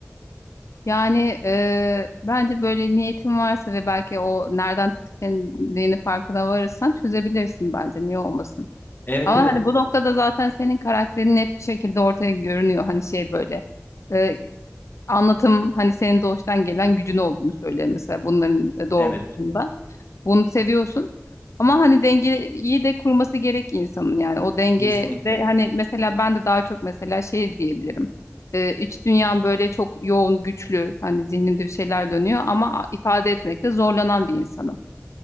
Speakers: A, on the left; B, on the left.
A: Yani eee, bence böyle niyetin varsa ve belki o nereden tetiklendiğini farkına varırsan çözebilirsin bence. Niye olmasın?
B: Evet
A: Ama
B: evet
A: hani bu noktada zaten senin karakterin net bir şekilde ortaya görünüyor. Hani şey böyle eee, anlatım hani senin doğuştan gelen gücün olduğunu söylüyor mesela bunların e, doğrultusunda.
B: evet
A: Bunu seviyorsun. Ama hani dengeyi de kurması gerek insanın yani. O denge
B: kesinlikle
A: de hani mesela ben de daha çok mesela şey diyebilirim. Ee, iç dünyam böyle çok yoğun, güçlü. Hani zihnimde bir şeyler dönüyor ama ifade etmekte zorlanan bir insanım.